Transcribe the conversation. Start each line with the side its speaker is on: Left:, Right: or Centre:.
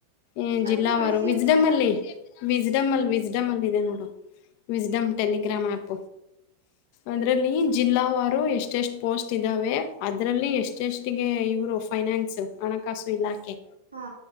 Left: ಏ
Right: ನನ್ಗೂ
Left: ಜಿಲ್ಲಾವಾರು
Right: ಕಳ್ಸಿ
Left: ವಿಜ್ಡಮ್
Right: ಅದನ್ನ
Left: ಅಲ್ಲಿ ವಿಜ್ಡಮ್ ಅಲ್ಲಿ ವಿಜ್ಡಮ್ ಅಲ್ಲಿ ಇದೆ ನೋಡು ವಿಸಡಮ್ ಟಲಿಗ್ರಾಮ್ ಆ್ಯಪ್ ಅದ್ರಲ್ಲಿ ಜಿಲ್ಲಾವಾರು ಎಷ್ಟ ಎಷ್ಟ್ ಪೋಸ್ಟ್ ಇದ್ದಾವೆ ಅದ್ರಲ್ಲಿ ಎಷ್ಟ ಜೆಸ್ಗೆ ಇವರು ಫೈನಾನ್ಸ್ ಹಣಕಾಸು ಇಲಾಖೆ
Right: ಹಾ